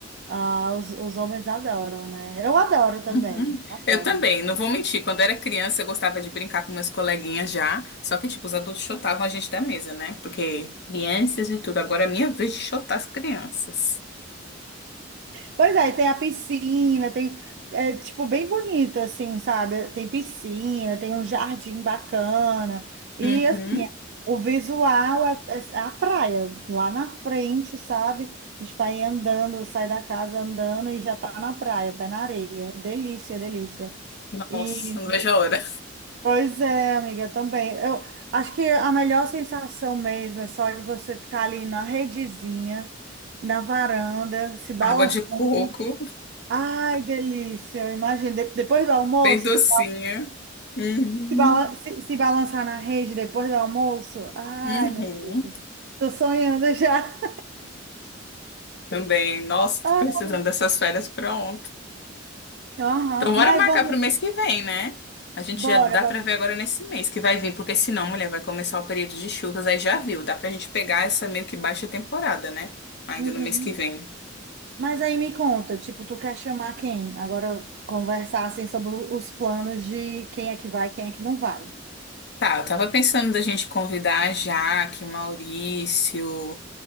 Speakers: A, on the right; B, on the left.
A: Ah, os, os homens adoram, né? Eu adoro também,
B: Uhum.
A: adoro.
B: Eu também, não vou mentir. Quando eu era criança, eu gostava de brincar com meus coleguinhas já. Só que, tipo, os adultos chotavam a gente da mesa, né? Porque crianças e tudo. Agora é minha vez de chotar as crianças.
A: Pois é, e tem a piscina, tem, é, tipo, bem bonito, assim, sabe? Tem piscina, tem um jardim bacana. E,
B: Uhum.
A: assim, o visual é, é é a praia, lá na frente, sabe? A gente vai andando, sai da casa andando e já tá na praia, pé na areia. Delícia, delícia. E,
B: Nossa, não vejo a hora.
A: pois é, amiga, também. Eu acho que a melhor sensação mesmo é só de você ficar ali na redezinha, na varanda, se balançando
B: Água de coco,
A: Ai, delícia. Imagina, de- depois do almoço,
B: bem docinha.
A: se
B: Uhum.
A: balan- se- se balançar na rede depois do almoço. Ai,
B: Uhum.
A: meu Deus. Tô sonhando já.
B: Também. Nossa,
A: Ah,
B: tô precisando dessas férias pronto.
A: aham.
B: Então, bora
A: Mas
B: marcar
A: vamos,
B: pro mês que vem, né? A gente
A: bora,
B: já dá
A: bora.
B: pra ver agora nesse mês que vai vir, porque senão, mulher, vai começar o período de chuvas, aí já viu. Dá pra gente pegar essa meio que baixa temporada, né? Ainda
A: Uhum.
B: no mês que vem.
A: Mas aí me conta, tipo, tu quer chamar quem? Agora conversar assim sobre os planos de quem é que vai, quem é que não vai.
B: Tá, eu tava pensando da gente convidar a Jaque, o Maurício,